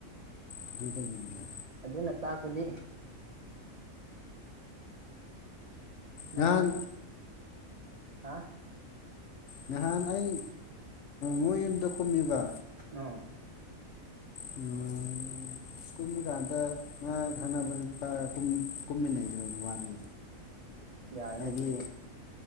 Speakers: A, on the left (about 70°); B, on the right (about 60°).
A: ꯑꯗꯨꯗꯒꯤꯅꯦ꯫
B: ꯑꯗꯨꯅ ꯇꯥꯛꯄꯗꯤ꯫ ꯅꯪ
A: ꯅꯍꯥꯟ
B: ꯍꯥ꯫
A: ꯅꯍꯥꯟ ꯑꯩ ꯃꯣꯏ ꯌꯨꯝꯗ ꯀꯨꯝꯃꯤꯕ꯫
B: ꯅꯣ
A: ꯎꯝ ꯀꯨꯝꯕ ꯀꯥꯟꯗ ꯃꯥ ꯈꯪꯅꯕꯄꯥ ꯀꯨꯝꯃꯤꯟꯅꯩꯌꯦꯕ ꯃꯕꯥꯅꯤ
B: ꯌꯥꯏꯅꯦ
A: ꯍꯥꯢꯗꯤ
B: ꯑꯗꯨꯗꯤ